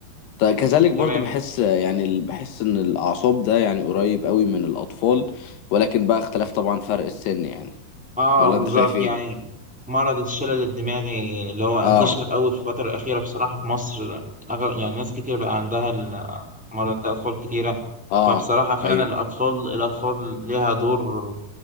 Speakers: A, on the left; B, in the centre.
A: ط- كذلك برضو
B: تمام
A: بحس يعني ال- بحس ان الاعصاب ده يعني قريب قوي من الاطفال ولكن بقى اختلاف طبعا فرق السن يعني
B: اه
A: ولا
B: بالظبط
A: انت شايف ايه
B: يعني مرض الشلل الدماغي اللي هو انتشر
A: اه
B: قوي في الفتره الاخيره بصراحه في مصر أغل... يعني ناس كتير بقى عندها المرض ده اطفال كتيره
A: اه
B: فبصراحه فعلا
A: ايوه
B: الاطفال الاطفال ليها دور